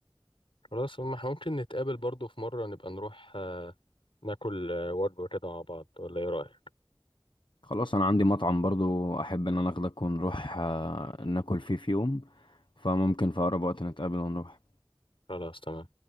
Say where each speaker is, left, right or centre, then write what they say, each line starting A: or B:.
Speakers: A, on the left; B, on the left.
A: خلاص ما احنا ممكن نتقابل برضو في مرة نبقى نروح آه، ناكل آه، وجبة كده مع بعض ولا إيه رأيك؟
B: خلاص انا عندي مطعم برضو احب ان انا اخدك ونروح آه، ناكل فيه في يوم فممكن في اقرب وقت نتقابل ونروح
A: خلاص تمام